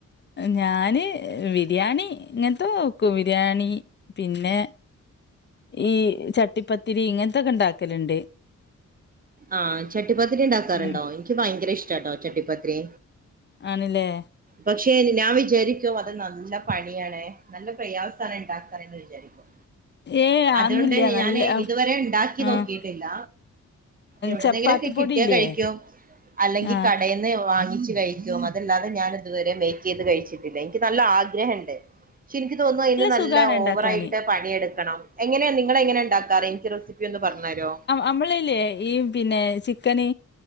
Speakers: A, on the left (about 35°); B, on the right (about 30°).
A: ഞാന് വിര്യാണി ഇങ്ങൻത്തെക്കും ബിരിയാണി പിന്നെ ഈ ചട്ടിപ്പത്തിരി ഇങ്ങൻത്തൊക്കെ ഇണ്ടാക്കല്ണ്ട്.
B: ആ ചട്ടിപ്പത്രി ഇണ്ടാക്കാറ്ണ്ടോ
A: ഉം
B: എനിക്ക് ഭയങ്കര ഇഷ്ടട്ടോ ചട്ടിപ്പത്രി.
A: ആണ്ലേ.
B: പക്ഷെ ഞാൻ വിചാരിക്കും അത് നല്ല പണിയാണ്‌ നല്ല പ്രയാസാണ് ഇണ്ടാക്കാനെന്ന് വിചാരിക്കും.
A: ഏ
B: അതോണ്ട്
A: അന്നില്ല നല്ല
B: ഞാന് ഇതുവരെ ഇണ്ടാക്കി
A: ആഹ്
B: നോക്കിട്ടില്ല. എവ്ടെന്നെങ്കിലൊക്കെ
A: ചപ്പാത്തിപ്പൊടി
B: കിട്ട്യാ
A: ഇല്ലേ
B: കഴ്ക്കും അല്ലെങ്കി
A: ആഹ്
B: കടേന്ന് ന്ന്‌ വാങ്ങിച്ച് കഴിക്കും അതല്ലാതെ ഞാന് ഇത്‌വരെ മേക്കെയ്ത് കഴിച്ചിട്ടില്ല എനിക്ക് നല്ല ആഗ്രഹണ്ട്. ക്ഷെ ഇൻക്ക് തോന്നുന്നു അയ്ന് നല്ല
A: സുഖാണ് ഇണ്ടാക്കാന്
B: ഓവറായ്ട്ട് പണിയെട്ക്കണം എങ്ങനെയ നിങ്ങളെ എങ്ങനെ ഇണ്ടാക്കാറ് എനിക്ക് റെസിപ്പിയൊന്ന് പർഞ്ഞെരോ?
A: അമ്മള്ല്ലേ ഈ പിന്നെ ചിക്കന്